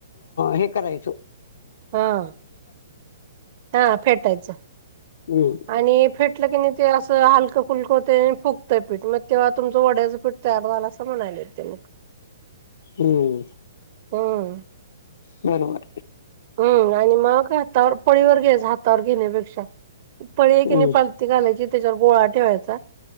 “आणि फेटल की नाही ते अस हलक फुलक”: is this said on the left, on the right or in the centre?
Right